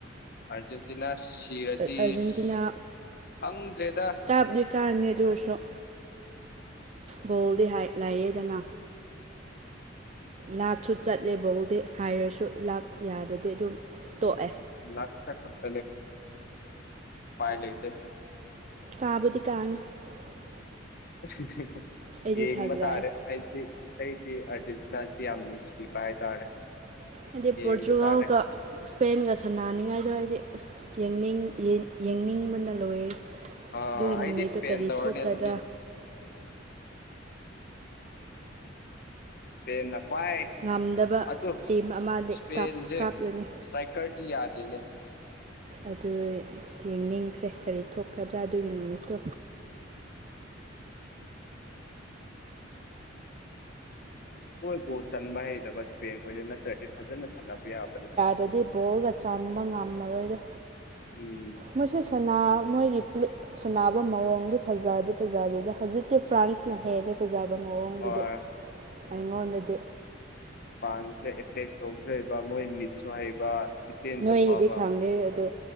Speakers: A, on the left (about 55°); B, on the right (about 35°).
A: ꯑꯥꯔꯖꯦꯟꯇꯤꯅꯥ ꯁꯤꯔꯗꯤꯁ
B: ꯑꯥꯔꯖꯦꯟꯇꯤꯅꯥ
A: ꯈꯪꯗ꯭ꯔꯦꯗ
B: ꯀꯥꯕꯨꯗꯤ ꯀꯥꯔꯅꯤ ꯑꯗꯨ ꯑꯣꯏꯔꯁꯨ ꯕꯣꯜꯗꯤ ꯍꯥꯏꯠ ꯂꯩꯑꯦꯗꯅ ꯂꯥꯛꯁꯨ ꯆꯠꯂꯦ ꯕꯣꯜꯗꯤ ꯍꯥꯏꯔꯁꯨ ꯂꯥꯛ ꯌꯥꯗ꯭ꯔꯗꯤ ꯑꯗꯨꯝ ꯇꯣꯛꯑꯦ
A: ꯂꯥꯛ <unintelligible> ꯄꯥꯏ ꯂꯩꯇꯦ
B: ꯀꯥꯕꯨꯗꯤ ꯀꯥꯅꯤ <unintelligible>
A: <unintelligible>
B: ꯑꯩꯗꯤ
A: ꯌꯦꯡꯕ
B: ꯊꯥꯖꯩ
A: ꯇꯥꯔꯦ ꯑꯩꯗꯤ ꯑꯩꯗꯤ ꯑꯔꯖꯦꯟꯇꯤꯅꯥꯁꯤ ꯌꯥꯝ ꯅꯨꯡꯁꯤꯕ ꯍꯥꯏꯇꯥꯔꯦ
B: ꯑꯦꯗꯤ
A: ꯌꯦꯡꯕ
B: ꯄꯣꯔꯆꯨꯒꯜꯀ
A: ꯇꯥꯔꯦ
B: ꯏꯁꯄꯦꯟꯒ ꯁꯥꯟꯅꯅꯤꯡꯉꯥꯏꯗꯣ ꯑꯩꯗꯤ ꯑꯁ ꯌꯦꯡꯅꯤꯡ ꯌꯦꯡ ꯌꯦꯡꯅꯤꯡꯕꯅ ꯂꯣꯏꯔꯦ <unintelligible>
A: ꯑꯣ
B: ꯑꯗꯨꯒꯤ
A: ꯑꯩꯗꯤ
B: ꯅꯨꯃꯤꯠꯇꯣ
A: ꯏꯁꯄꯦꯟ
B: ꯀꯔꯤ
A: ꯇꯧꯔꯅꯤ
B: ꯊꯣꯛꯀꯗ꯭ꯔꯥ
A: ꯑꯗꯨꯗꯤ ꯄꯦꯟꯅ ꯈ꯭ꯋꯥꯏ
B: ꯉꯝꯗꯕ
A: ꯑꯗꯨ
B: ꯇꯤꯝ ꯑꯃꯗꯤ
A: ꯏꯁꯄꯦꯟꯁꯦ
B: ꯀꯥꯞꯂꯅꯤ
A: ꯁꯇ꯭ꯔꯥꯏꯀꯔꯗꯤ ꯌꯥꯗꯦꯅꯦ
B: ꯑꯗꯨ ꯑꯁ ꯌꯦꯡꯅꯤꯡꯈ꯭ꯔꯦ ꯀꯔꯤ ꯊꯣꯛꯀꯗ꯭ꯔꯥ ꯑꯗꯨꯒꯤ ꯅꯨꯃꯤꯠꯇꯨ
A: ꯃꯣꯏ ꯒꯣꯜ ꯆꯟꯕ ꯍꯩꯇꯕ ꯏꯁꯄꯦꯟ ꯈꯣꯏꯗ ꯅꯠꯇ꯭ꯔꯗꯤ ꯐꯖꯅ ꯁꯥꯟꯅꯕ ꯌꯥꯕꯅꯦ
B: ꯗꯗꯤ ꯕꯣꯜꯒ ꯆꯟꯕ ꯉꯝꯃꯔꯣꯏꯗ
A: ꯏ
B: ꯃꯣꯏꯁꯨ ꯁꯥꯅ ꯃꯣꯏꯒꯤ ꯄ꯭ꯂꯦ ꯁꯅꯕꯥ ꯃꯑꯣꯡꯗꯨ ꯐꯖꯗꯤ ꯐꯖꯗꯦꯗ ꯍꯧꯖꯤꯛꯀꯤ ꯐ꯭ꯔꯥꯟꯁ ꯅ ꯍꯦꯜꯂꯦ ꯐꯖꯕ ꯃꯑꯣꯡꯕꯨꯗꯤ
A: ꯍꯣꯏ
B: ꯑꯩꯉꯣꯟꯗꯗꯤ
A: ꯐꯥꯟꯁꯦ ꯑꯦꯇꯦꯛ ꯇꯧꯕꯗꯤ ꯃꯣꯏ ꯃꯤꯠꯁꯨ ꯍꯩꯕ ꯗꯤꯐꯦꯟꯁꯨ
B: ꯅꯣꯏꯒꯤꯗꯤ
A: ꯐꯕ
B: ꯈꯥꯡꯗꯦ ꯑꯗꯨ